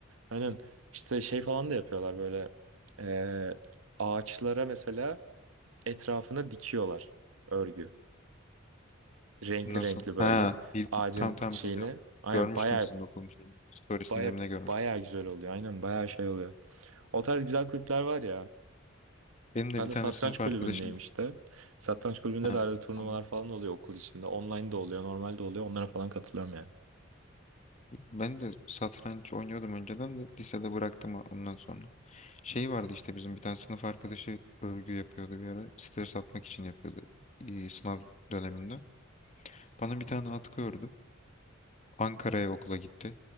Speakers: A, on the right (about 90°); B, on the left (about 35°).
A: Aynen işte şey falan da yapıyorlar böyle. eee, ağaçlara mesela etrafına dikiyorlar örgü. Renkli
B: Nasıl?
A: renkli böyle.
B: Ha, bil
A: Ağacın
B: tam tam
A: şeyini.
B: biliyorum.
A: Aynen
B: Görmüştüm
A: baya
B: sizin okulun şeyini. Storiesinde
A: baya
B: mi ne görmüştüm.
A: baya güzel oluyor. Aynen baya şey oluyor. O tarz güzel kulüpler var ya.
B: Benim de
A: Ben
B: bir
A: de
B: tane
A: satranç
B: sınıf
A: kulübündeyim
B: arkadaşım.
A: işte. Satranç kulübünde
B: Ha,
A: de arada turnuvalar
B: onu.
A: falan da oluyor okul içinde. Online de oluyor, normal de oluyor. Onlara falan katılıyorum yani.
B: Ben de satranç oynuyordum önceden de lisede bıraktım o- ondan sonra. Şey vardı işte bizim bir tane sınıf arkadaşı örgü yapıyordu bir ara. Stres atmak için yapıyordu e, sınav döneminde. Bana bir tane atkı ördü. Ankara'ya okula gitti.